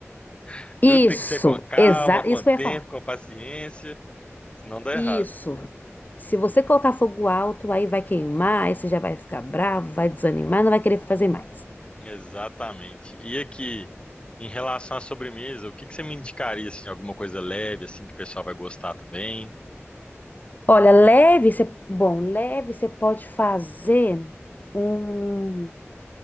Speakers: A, on the left (about 20°); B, on the left (about 40°).
A: <laughs>
B: Isso,
A: Tudo tem que ser com calma,
B: exato.
A: com
B: Isso
A: tempo,
B: que eu ia falar.
A: com paciência, senão dá errado.
B: Isso. Se você colocar fogo alto, aí vai queimar, aí você já vai ficar bravo, vai desanimar, não vai querer fazer mais.
A: Exatamente. E aqui, em relação à sobremesa, o que que você me indicaria, assim, alguma coisa leve, assim, que o pessoal vai gostar também?
B: Olha, leve, você, bom, leve você pode fazer um,